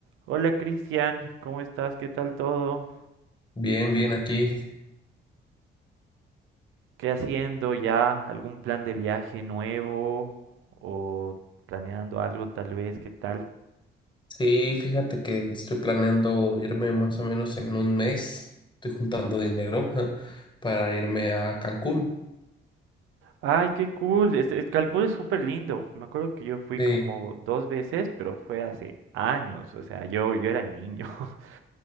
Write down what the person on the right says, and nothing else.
Hola Cristian, ¿cómo estás? ¿Qué tal todo?
¿Qué haciendo ya? ¿Algún plan de viaje nuevo? ¿O planeando algo tal vez? ¿Qué tal?
Ay, qué cool. Este, Cancún es súper lindo. Me acuerdo que yo fui
como dos veces, pero fue hace años. O sea, yo, yo era niño. <laughs>